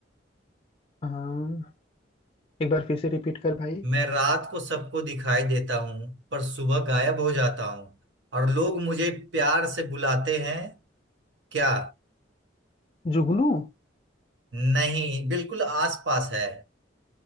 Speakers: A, on the left (about 30°); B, on the right (about 70°).
A: हाँ एक बार फिर से रिपीट कर भाई
B: मैं रात को सबको दिखाई देता हूँ पर सुबह गायब हो जाता हूँ और लोग मुझे प्यार से बुलाते हैं क्या
A: जुगनू
B: नहीं बिल्कुल आसपास है